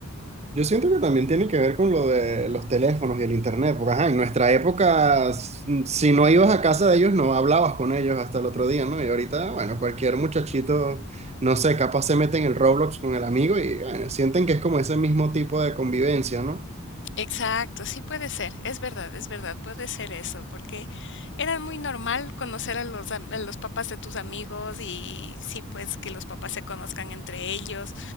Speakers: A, on the right; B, on the left.
A: Yo siento que también tiene que ver con lo de los teléfonos y el internet, porque ajá, en nuestra época, s- si no ibas a casa de ellos, no hablabas con ellos hasta el otro día, ¿no? Y ahorita, bueno, cualquier muchachito, no sé, capaz se mete en el Roblox con el amigo y bueno, sienten que es como ese mismo tipo de convivencia, ¿no?
B: Exacto, sí puede ser, es verdad, es verdad, puede ser eso, porque era muy normal conocer a los, am- a los papás de tus amigos y sí, pues que los papás se conozcan entre ellos.